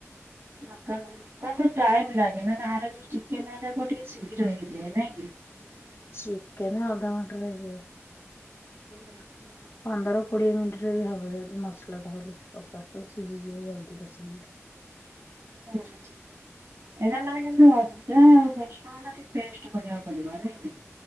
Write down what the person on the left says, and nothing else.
ଚିକେନ ଅଧ ଘଣ୍ଟାରେ ହେଇଯିବ।
ପନ୍ଦର କୋଡିଏ ମିନିଟରେ ବି ହବ ଜଦି ମସଲା ଟା ଖାଲି ସି କସା ଖାଲି ସିଝିଯିବ ଜଲଦି ଦଶ ମିନିଟରେ।